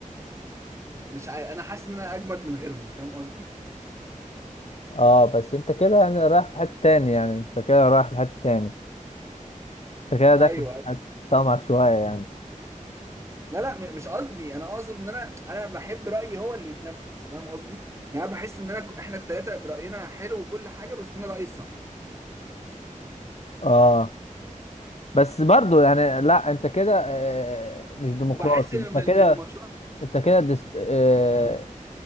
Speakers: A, on the right; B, on the left.
A: مش عاي... انا حاسس ان انا اجمد من غيرهم فاهم قصدي
B: اه بس انت كده يعني رايح في حتة تاني يعني انت كده رايح لحتة تاني انت كده داخل
A: ايوه أيوة.
B: في طمع شوية يعني
A: لا لا م- مش قصدي انا اقصد ان انا انا بحب رايي هو اللي يتنفذ فاهم قصدي يعني أنا بحس ان انا ك- احنا الثلاثه براينا حلو وكل حاجه بس انا رايي الصح
B: اه بس برضو يعني لا انت كده آه، مش ديمقراطي
A: وبحس ان
B: انت كده
A: إن المشروع
B: انت كده دس... آه،